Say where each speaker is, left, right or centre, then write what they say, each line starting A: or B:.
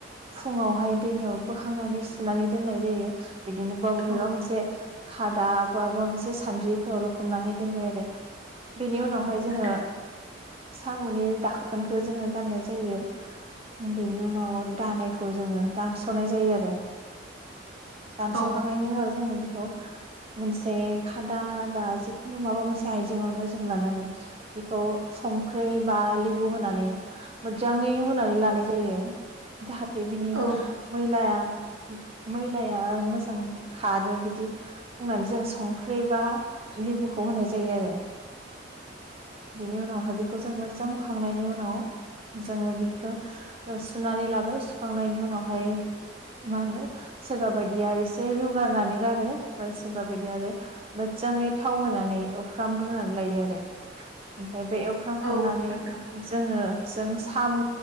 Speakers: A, on the right; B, on the right.
A: फुुंङावहाय दैनो बोखांनानै सुनानै दोननाय जायो। बिदिनो बाबेबा
B: औ
A: मोन से खादा बा माबा मोनसे सान्द्रिफोरावल' लखबनानै दोनबाय आरो। बेनि उनावहाय
B: औ
A: जोङो
B: नोंथां
A: साम'नि दाखोनखौ जोङो गाननाय जायो बेनि उनाव दानायखौ जोङो दानस'नाय जायो आ रो ।दानस'खांनायनि
B: औ
A: उनाव जोङो खौ मोनसे खादा बा जिखुनु माबा मोनसे आइजेंआवनो जों लानानै बेखौ संख्रै बा लेबु होनानै मोदजाङै हुनानै लानाय जायो जाहा थे बिनि
B: औ
A: मैलाया म मैलाया मोजां खारो बिद दि बुंनानै जों संख्रि बा लेबुखौ होनाय जायो आरो। बेनि उनाव <unintelligible> बेखौ जों हुखांनाय बेनि उनाव जोङो बेखो ओ सुनानै लाबाय सुखांनायनि उनावहाय मा होनो सोरबा बायदिया रेसे रुगारनानै गारो बा सोरबाबायदिया आरो मोदजाङै थाव होनानै एवफ्रामग्रोनानै लायो आरो। ओमफाय बे एवफ्रामखांनानै
B: औ नोंथां
A: जोङो जों साम'